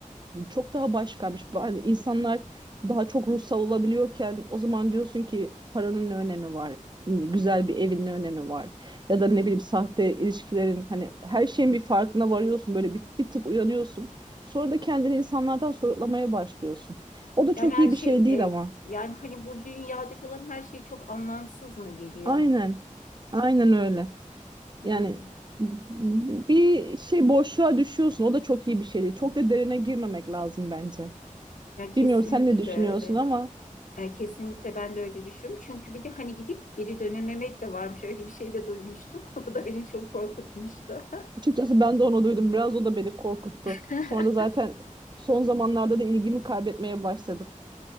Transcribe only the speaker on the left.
Yani her
şey
e,
yani hani bu dünyadaki olan her şey çok anlamsız mı geliyor?
Hmm.
Ya kesinlikle
öyle.
Ya kesinlikle ben de öyle düşünüyorum. Çünkü bir de hani gidip geri dönememek de varmış. Öyle bir şey de duymuştum. <laughs> Bu da beni çok korkutmuştu.
<laughs>